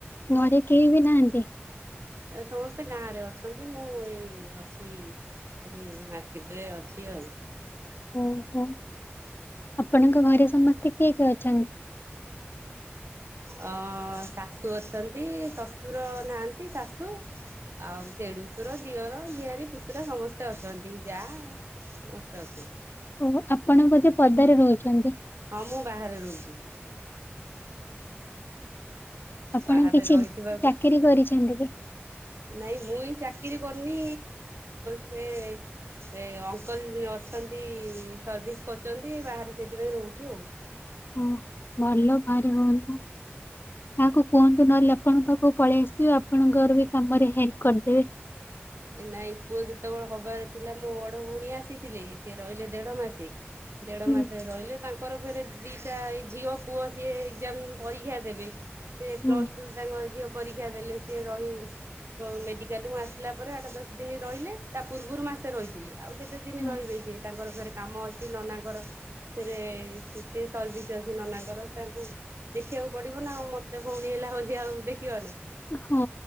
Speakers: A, on the left; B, on the right.
A: ଘରେ କେହି ବି ନାହାନ୍ତି?
B: ଏ ସମସ୍ତେ ଗାଁରେ ଅଛନ୍ତି ମୁଁ ଏଇ ଅଛି ଏଠି ମାର୍କେଟରେ ଅଛି ଆଉ।
A: ଓହୋ ଆପଣଙ୍କ ଘରେ ସମସ୍ତେ କିଏ କିଏ ଅଛନ
B: ଅ ଶାଶୁ ଅଛନ୍ତି ଶଶୁର ନାହାନ୍ତି ଶାଶୁ। ଆଉ ଦେଡୁସୁର ଦିଅର ଜିଆରୀ ପୁଷୁରା ସମସ୍ତେ ଅଛନ୍ତି ଯା ଆଉ। ସମସ୍ତେ ଅଛନ୍ତି।
A: ଓ ଆପଣ ବୋଧେ ପଦାରେ ରହୁଛନ୍ତି।
B: ହଁ ମୁଁ ବାହାରେ ରହୁଛି।
A: ଆପଣ
B: ବାହାରେ
A: କିଛି
B: ରହିଥିବାକୁ
A: ଚାକିରି କରିଛନ୍ତି କି?
B: ନାଇଁ ମୁଇ ଚାକିରି କରିନି ସେ ସେ ଅଙ୍କଲ ଅଛନ୍ତି ସର୍ଭିସ କରୁଛନ୍ତି ବାହାରେ ସେଥିପାଇଁ ରହୁଛୁ ଆଉ।
A: ଓ ଭଲ ବାହାରେ ରୁହନ୍ତୂ। କାହାକୁ କୁହନ୍ତୁ ନହେଲେ ଆପଣଙ୍କ ପାଖକୁ ପଳେଇ ଆସବେ ଆପଣଙ୍କର ବି କାମରେ ହେଲ୍ପ କରିଦେବେ।
B: ଏ ନାଇଁ ପୁଅ ଯେତେବେଳେ ହବାର ଥିଲା ମୋ ବଡ ଭଉଣୀ ଆସିଥିଲେ। ସିଏ ରହିଲେ ଦେଢ ମାସେ। ଦେଢ
A: ହୁଁ
B: ମାସ ରହିଲେ ତାଙ୍କ ଙ୍କର ଫେରେ ଦିଟା ଝିଅ ପୁଅ ସିଏ ଏକ୍ସାମ ପରୀକ୍ଷା ଦେବେ ସେ
A: ହୁଁ
B: ପ୍ଲସ ଟୁ ତାଙ୍କ ଝିଅ ପରୀକ୍ଷା ଦେଲେ ସିଏ ରହି। ମେଡିକାଲରୁ ଆସିଲା ପରେ ଆଠ ଦଶ ଦିନ ରହିଲେ ତା ପୂର୍ବରୁ ମାସେ ରହିଥିଲି। ଆଉ କେତେ ଦିନ
A: ହଁ
B: ରହିବେ ସିଏ ତାଙ୍କର ଫେରେ କାମ ଅ ଅଛି ନନାଙ୍କର ଫେରେ ସିଏ ସର୍ଭିସ ଅଛି ନନାଙ୍କର ତାଙ୍କୁ ଦେଖିବାକୁ ପଡିବ ନା ଆଉ ମତେ ଭଉଣୀ ହେଲା ବୋଲି ଆଉ ଦେଖିବ ନା।
A: ହଁ